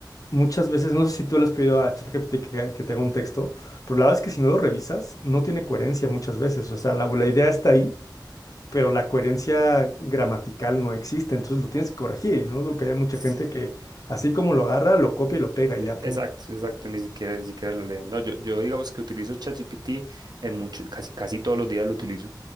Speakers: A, on the left (about 50°); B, on the right (about 65°).
A: Muchas veces, no sé si tú le has pedido a ChatGPT que, que te haga un texto, pero la verdad es que si no lo revisas, no tiene coherencia muchas veces. O sea, la, la idea está ahí, pero la coherencia gramatical no existe, entonces lo tienes que corregir. Y no dudo que haya mucha
B: sí,
A: gente que, así como lo agarra, lo copia y lo pega
B: e-
A: y ya, punto.
B: exacto, exacto, ni siquiera, ni siquiera lo leen. No, yo, yo digamos que utilizo ChatGPT en mucho, casi, casi todos los días lo utilizo.